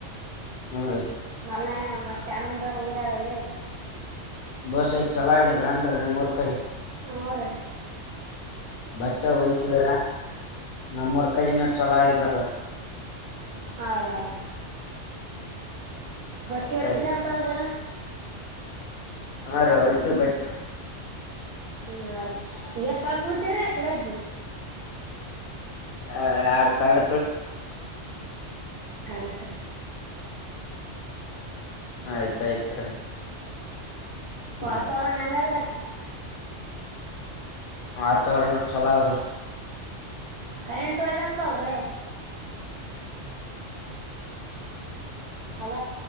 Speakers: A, on the left; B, on the right.
A: ಹ್ಮ ರ
B: ಮಲ್ಲ ಮತ್ತೆ ಅಣ ದರ ಡದ ರೀ
A: ಬಸ ಚಲವಡತ್ ರಾಂಡ್ರೆ ಮರಕಡಿ
B: ಹಾ ರ
A: ಬಟ್ಟೆ ಹೊೋಲ್ಸಿದ್ರ ನಮ್ಮೂರ್ ಕಡಿನ ಚಲೋ ಆಡಿದಾರ
B: ಹಾ ರ ಯ ರೀ ಬಟ್ಟಿ
A: ಆಯ್ತಾಯ್ತ್
B: ಹೊಲ್ಸಿರ ಅಂತಲ್ರ
A: ಹಾ ರಲ್ ಸ ಬೆಟ್ಟ
B: ಹ್ಮ್ರೀ ಎಷ್ಟ ಸಲ್ತ್ತಿ ಆ ಕಡೆಗಿ
A: ಹ ಆಡ್ತಡ್
B: ಆಯ್ತ್ರಿೀ
A: ಆಯ್ತಾಯ್ತ್
B: ಹೊತ
A: ಹಾ ರಿ
B: ಅವರ ನಂಗತ್ ರಾಕಲಿ
A: ಆತ್ವ್ರನ ಚಲೋ ಆದ್ರ
B: ಕರೆಂಟ್ ಅಯದಂತ ಅಲ್ರಿ ಅಲ